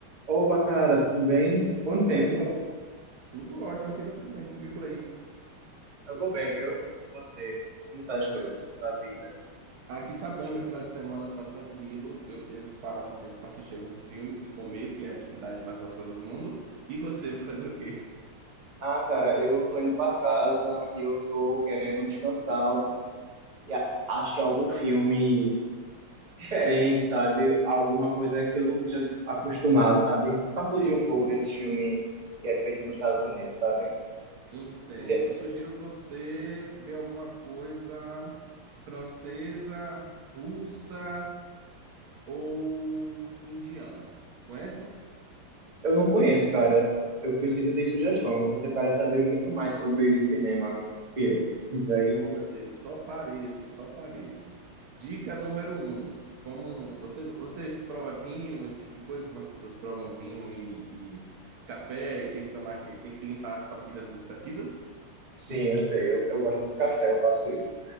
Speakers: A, on the right; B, on the right.
A: Opa, cara, tudo bem? Quanto
B: Oi,
A: tempo?
B: João. Tudo ótimo, aqui tá tudo bem. E por aí?
A: Eu vou bem, viu? Você, como tá as coisas, como tá a vida?
B: Aqui tá bem, meu final de semana tá tranquilo. Eu devo parar um tempo para assistir alguns filmes e comer, que é a atividade mais gostosa do mundo. E você vai fazer o quê?
A: Ah, cara, eu tô indo pra casa e eu tô querendo descansar e a- assistir algum filme diferente, sabe? Alguma coisa que eu não esteja acostumado, sabe? Pra fugir um pouco desses filmes que é feito nos Estados Unidos, sabe?
B: Entendo.
A: Porque
B: Eu sugiro você ver alguma coisa francesa, russa ou indiana. Conhece?
A: eu não conheço, cara. Eu preciso de sugestão. Você parece saber muito mais sobre cinema que eu. Isso aí.
B: Oh, meu Deus, só pareço, só pareço. Dica número um, como você, você prova vinho, esse tipo de coisa, como as pessoas provam vinho e, e- e café e tem que tomar que tem que limpar as papilas gustativas.
A: Sim, eu sei. Eu, eu gosto muito de café, eu faço isso.